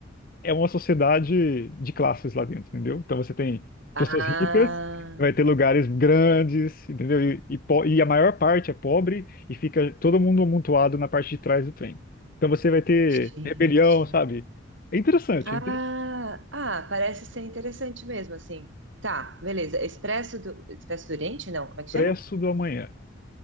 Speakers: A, on the left; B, on the right.
A: é uma sociedade de classes lá dentro, entendeu? Então você tem
B: Ah,
A: pessoas ricas, vai ter lugares grandes, entendeu? E, e po- e a maior parte é pobre e fica todo mundo amontoado na parte de trás do trem. Então você vai ter
B: gente.
A: rebelião, sabe? É interessante,
B: Ah,
A: é interessante.
B: ah, parece ser interessante mesmo, assim. Tá, beleza. Expresso do, Expresso do Oriente? Não, como é que chama?
A: Expresso do amanhã.